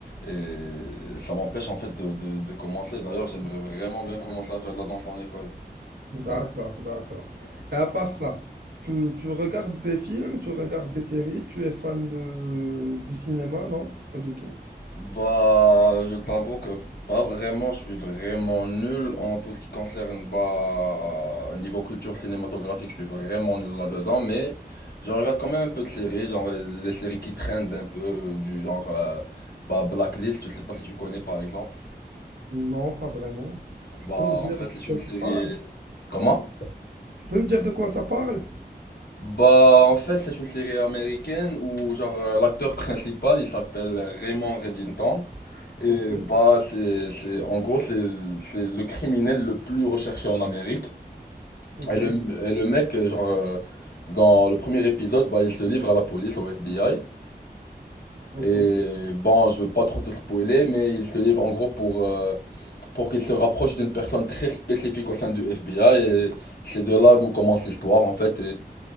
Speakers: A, on the left; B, on the right.
A: Et ça m'empêche en fait de, de, de commencer. D'ailleurs, j'aimerais vraiment bien commencer à faire de la danse en école.
B: D'accord, d'accord. Et à part ça, tu, tu regardes des films, tu regardes des séries, tu es fan de, du cinéma, non? Pas du tout?
A: Bah, je t'avoue que pas vraiment, je suis vraiment nul en tout ce qui concerne, bah, niveau culture cinématographique, je suis vraiment nul là-dedans, mais je regarde quand même un peu de séries, genre les, les séries qui traînent un peu, euh, du genre, euh, bah, Blacklist, je sais pas si tu connais par exemple.
B: Non, pas vraiment. Tu
A: Bah,
B: peux me dire
A: en fait,
B: de
A: c'est
B: quoi
A: une série.
B: ça parle?
A: Comment?
B: Tu peux me dire de quoi ça parle?
A: Bah, en fait, c'est une série américaine où, genre, euh, l'acteur principal, il s'appelle euh, Raymond Reddington. Et
B: Ok,
A: bah, c'est, c'est, en gros, c'est, c'est le criminel le plus recherché en Amérique.
B: ok,
A: Et le, et le mec, euh, genre, euh, dans le premier épisode, bah, il se livre à la police, au FBI.
B: ok.
A: Et bon, je veux pas trop te spoiler, mais il se livre en gros pour, euh, pour qu'il se rapproche d'une personne très spécifique au sein du FBI et c'est de là d'où commence l'histoire en fait et,